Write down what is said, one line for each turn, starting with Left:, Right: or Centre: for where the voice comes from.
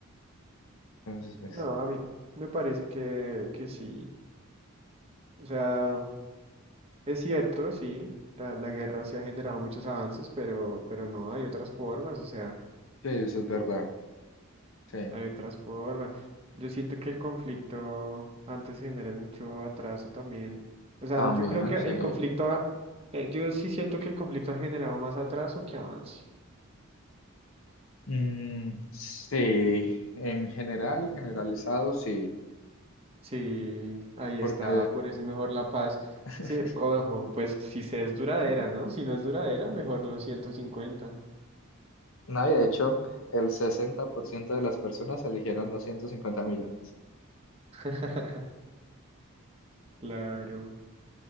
Left: Entonces, pues,
Right: No, a mí me parece que, que sí. O sea, es cierto, sí, la, la guerra sí ha generado muchos avances, pero, pero no, hay otras formas. O sea,
Left: sí, eso es verdad. Sí,
Right: Hay otras formas. Yo siento que el conflicto antes genera mucho atraso también. O sea,
Left: también,
Right: yo creo que
Left: sí.
Right: el conflicto, ha- eh, yo sí siento que el conflicto ha generado más atraso que avance.
Left: Mm, sí, en general, generalizado, sí,
Right: Sí, ahí
Left: porque
Right: está, por eso es mejor la paz.
Left: <laughs>
Right: Sí, ojo, pues si se es duradera,
Left: <laughs>
Right: ¿no? Si no es duradera, mejor los ciento cincuenta,
Left: No, y de hecho, el 60% de las personas eligieron los 150 millones.
Right: <laughs> Claro,